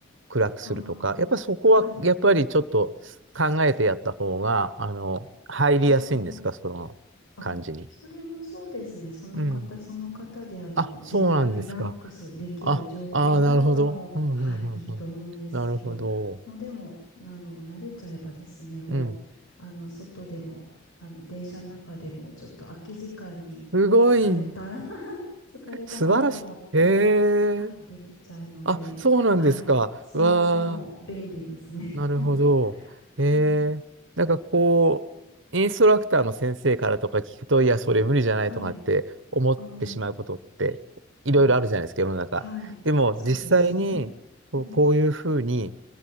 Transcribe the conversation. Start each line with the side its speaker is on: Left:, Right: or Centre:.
Right: 暗くするとか、
Left: あ
Right: やっぱそこはやっぱりちょっと考えてやった方が、
Left: あ、はい。
Right: あの、入りやすいんですか、
Left: ああ。
Right: その感じに。
Left: あ、それもそうですね。その方その方で、
Right: うん。
Left: あの、
Right: あ、
Left: 自分がリラックスできる状況であればもう、
Right: そうなんですか。あ、ああ、なるほど。うん、
Left: はい、
Right: うん、
Left: いいと思うんですけど、
Right: うん、うん。なるほど。
Left: もうでも、あの、慣れちゃえばですね、もう、
Right: うん。
Left: あの、外でも、あの、電車の中でも、ちょっと空き時間に疲れた、
Right: すごい。
Left: <laughs> 疲れたなと思ったら、
Right: 素晴らしい。へえ。
Left: はい、できちゃうので、
Right: あ、そうなんですか。
Left: はい、そういったのも便利ですね。
Right: わあ、なるほど。
Left: <laughs>
Right: へえ。
Left: はい、
Right: なんかこう、インストラクターの先生からとか聞くと、いや、それ無理じゃないとかって思ってしまうことって、
Left: はい、うん。
Right: いろいろあるじゃないですか、
Left: あ
Right: 世の中。
Left: はい。
Right: でも、
Left: そうですね。
Right: 実際に、そう、
Left: うん。
Right: こういうふうに、